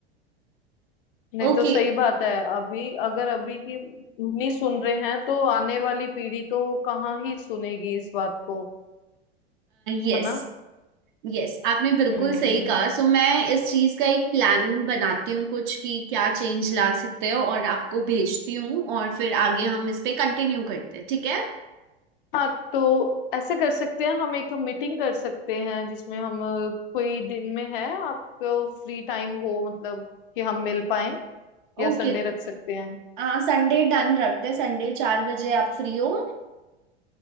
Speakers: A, on the left (about 55°); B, on the right (about 50°).
A: नहीं
B: ओके
A: तो सही बात है अभी अगर अभी की नहीं सुन रहे हैं तो आने वाली पीढ़ी तो कहाँ ही सुनेगी इस बात को
B: यस
A: है ना
B: यस आपने बिल्कुल
A: हम्म
B: सही कहा सो मैं इस चीज का एक प्लान बनाती हूँ कुछ कि क्या चेंज ला सकते हो और आपको भेजती हूँ और फिर आगे हम इस पे कंटिन्यू करते हैं ठीक है
A: हाँ तो ऐसे कर सकते हैं हम एक मीटिंग कर सकते हैं जिसमें हम अ, कोई दिन में है आपको फ्री टाइम हो मतलब कि हम मिल पाए या
B: ओके
A: संडे रख सकते हैं
B: आ, संडे डन रखते हैं संडे चार बजे आप फ्री हो